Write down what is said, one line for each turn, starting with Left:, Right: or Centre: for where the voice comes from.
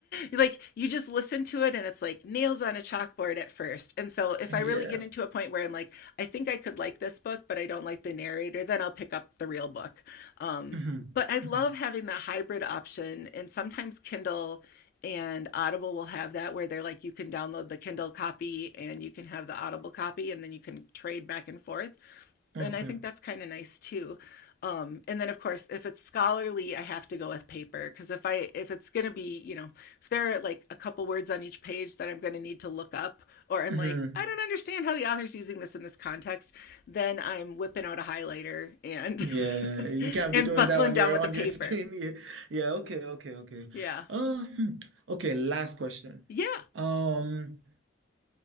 Left: like you just listen to it and it's like nails on a chalkboard at first. And so if
Right: Yeah.
Left: I really get into a point where I'm like, I think I could like this book, but I don't like the narrator, then I'll pick up the real book. Um,
Right: hmm
Left: but I love
Right: hmm
Left: having that hybrid option. And sometimes Kindle and Audible will have that where they're like, you can download the Kindle copy and you can have the Audible copy, and then you can trade back and forth
Right: Okay.
Left: and I think that's kind of nice too. Um, and then of course, if it's scholarly, I have to go with paper because if I if it's gonna be, you know, if there are like a couple words on each page that I'm gonna need to look up, or I'm
Right: hmm
Left: like, I don't understand how the author's using this in this context, then I'm whipping out a highlighter and
Right: Yeah, you can't
Left: <laughs>
Right: be
Left: and
Right: doing
Left: buckling
Right: that on
Left: down
Right: your
Left: with
Right: on
Left: the paper.
Right: your screen. <laughs> Yeah, yeah, okay, okay, okay.
Left: Yeah.
Right: Uh, hmm. okay, last question.
Left: Yeah,
Right: Um,